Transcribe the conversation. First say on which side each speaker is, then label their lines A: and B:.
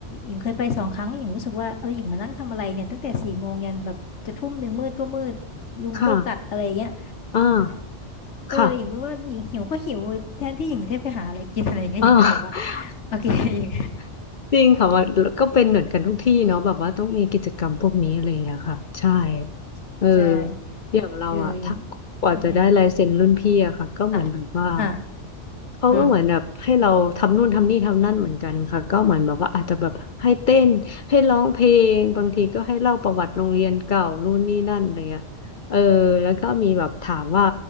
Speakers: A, on the left; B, on the left.
A: หญิงเคยไปสองครั้งหญิงรู้สึกว่าเออหญิงมานั่งทำอะไรเนี่ยตั้งแต่สี่โมงยันแบบจะทุ่มหนึ่งมืดก็มืดยุงก็กัดอะไรเงี้ย
B: ค่ะอ่า
A: เออหญิงว่าหญิงหิวก็หิวแทนที่หญิงจะได้ไปหาอะไรกินอะไรเงี้ยหญิงก็เลยแบบว่า
B: ค่ะอ่า
A: โอเคหญิง
B: <laughs> จริงค่ะว่าก็เป็นเหมือนกันทุกที่เนาะแบบว่าต้องมีกิจกรรมพวกนี้อะไรอย่างเงี้ยค่ะใช่เออ
A: ใช่
B: อย่างเราอะถ้ากว่าจะได้ลายเซ็นรุ่นพี่อะค่ะก็เหมือนแบบว่า
A: เออหญิงอืม ค่ะอ่า
B: เขาก็เหมือนแบบให้เราทำนู่นทำนี่ทำนั่นเหมือนกันค่ะก็เหมือนแบบว่าอาจจะแบบให้เต้นให้ร้องเพลงบางทีก็ให้เล่าประวัติโรงเรียนเก่านู่นนี่นั่นอะไรเงี้ยเออแล้วก็มีแบบถามว่า
A: อืม